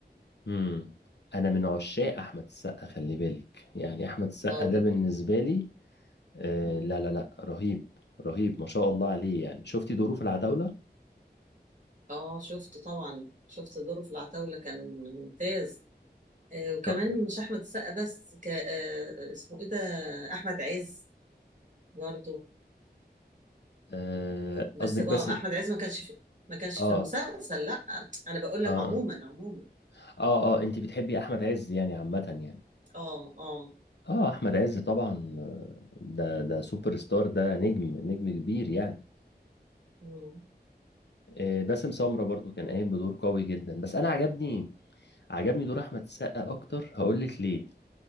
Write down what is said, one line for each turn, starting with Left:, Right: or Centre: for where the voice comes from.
Left: امم أنا من عشاق أحمد السقا خلي بالك يعني أحمد السقا
Right: طبيعي
Left: ده بالنسبة لي آه
Right: مم.
Left: لا لا لا رهيب رهيب ما شاء الله عليه يعني شفتي دوره في العتاولة؟
Right: آه شفته طبعا شفت دوره في العتاولة كان ممتاز آه وكمان
Left: طب،
Right: مش أحمد السقا بس ك آه اسمه إيه ده أحمد عز برضه
Left: آه،
Right: بس
Left: قصدك
Right: بقى
Left: بس آه
Right: احمد عز ما كانش في ما كانش
Left: آه
Right: في المسلسل لا انا بقول لك
Left: آه
Right: عموما عموما
Left: آه, آه أنت بتحبي أحمد عز يعني عامة يعني
Right: اه اه
Left: آه أحمد عز طبعا آه، ده ده سوبر ستار ده نجم نجم كبير يعني
Right: مم.
Left: آه، باسم سمرة برضو كان قايم بدور قوي جدا بس انا عجبني عجبني دور احمد السقا اكتر هقولك ليه